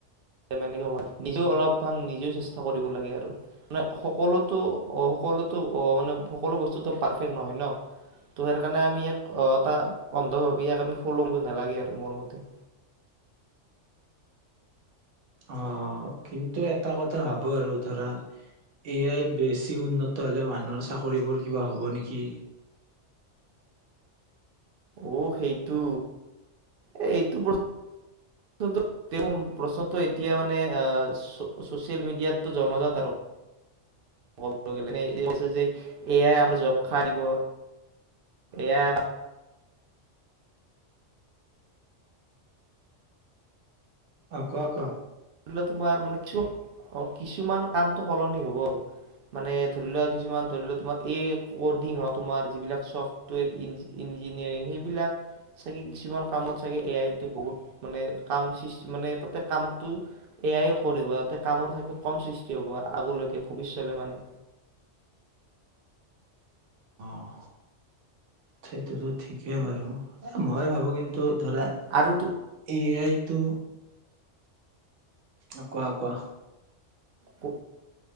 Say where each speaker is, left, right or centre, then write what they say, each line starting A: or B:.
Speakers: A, on the right; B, on the right.
A: ক নিজেও অলপমান নিজেও চেষ্টা কৰিব লাগে আৰু মানে সকলোতো সকলোতো আহ মানে সকলো বস্তুটো পাৰফেক্ট নহয় ন ত সেইকাৰণে আমি ই এটা অন্ধ ভাৱি ইয়াক আমি ফল কৰিব নালাগে আৰু মোৰ মতে
B: অ কিন্তু এটা কথা ভাবোঁ আৰু ধৰা এয়াই বেছি উন্নত হ'লে মানুহৰ চাকৰিবোৰ কিবা হ'ব নেকি
A: অ সেইটো এ এইটো বস্তু মোৰ প্ৰ্ প্ৰশ্নটো এতিয়া মানে আহ চচিয়েল মিডিয়াতটো জনজাত আৰু কবলে গলে মানে অ হৈছে যে অ এ আই আমাৰ জব খাই দিব এ আই আমা
B: কোৱা কোৱা
A: ধৰি লোৱা তোমাৰ মানে কিচো কিছুমান কামতটো সলনি হ'ব আৰু মানে ধৰি লোৱা কিছুমান ধৰি লোৱা তোমাৰ এই কডিং হ তোমাৰ যিবিলাক চফ্টৱেৰ্জ ইঞ্জি ইঞ্জিনিয়াৰিং সেইবিলাক চাগে কিছুমান কামত চাগে এ আইটো বহুত মানে কাম সিষ্ট মানে তাতে কামটো এয়াই কৰিব যাতে কামৰ চাগে কম সৃষ্টি হ'ব আৰু আগলৈকে ভৱিষ্যতে মানে
B: অ সেইটোতো ঠিকেই বাৰু এ মই ভাবো কিন্তু ধৰা
A: আৰু
B: এ আই ত অ কোৱা কোৱা।
A: কো